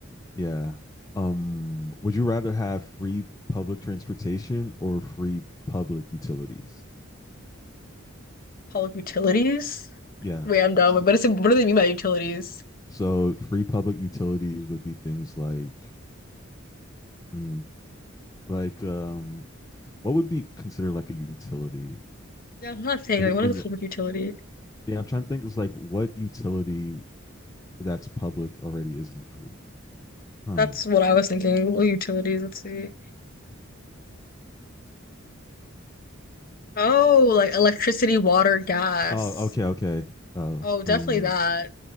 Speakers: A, on the left (about 15°); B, on the left (about 45°).
A: Yeah. Um, would you rather have free public transportation or free public utilities?
B: Public utilities.
A: Yeah.
B: Wait, I'm dumb.
A: So,
B: But it's What do they mean by utilities?
A: so free public utilities would be things like mm, like um what would be considered like a utility?
B: Yeah, I'm not saying
A: And
B: like what
A: and
B: is a public utility?
A: yeah, I'm trying to think it's like what utility that's public already isn't free. Huh.
B: That's what I was thinking. What utilities? Let's see. Oh, like electricity, water, gas.
A: Oh, okay, okay. Oh,
B: Oh, definitely
A: um,
B: that.